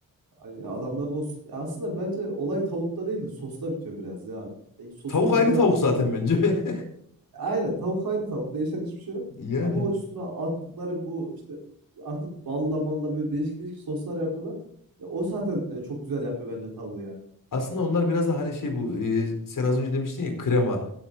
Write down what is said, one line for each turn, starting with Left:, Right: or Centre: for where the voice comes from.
Right: hani adamların o s- ya aslında bence olay tavukta değil de sosta bitiyor biraz ya abi. E, sosunu
Left: Tavuk
Right: güzel
Left: aynı
Right: yaptıkları
Left: tavuk zaten
Right: için.
Left: bence. <laughs>
Right: E, Aynen tavuk aynı tavuk. Değişen hiçbir şey yok.
Left: Yani
Right: Ama o üstüne attıkları bu işte artık balla malla böyle değişik değişik soslar yapıyorlar. Ya o zaten e, çok güzel yapıyor bence tavuğu yani.
Left: aslında onlar biraz da hani şey bu e, sen az önce demiştin ya krema.